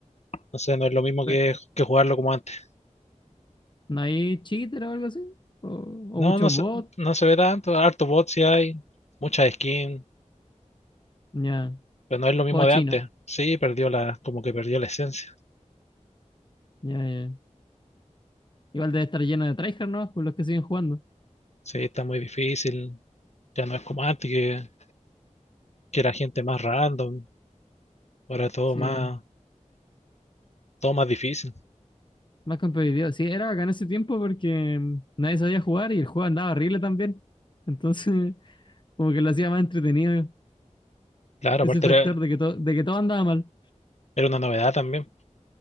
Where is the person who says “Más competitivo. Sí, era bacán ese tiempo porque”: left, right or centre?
Left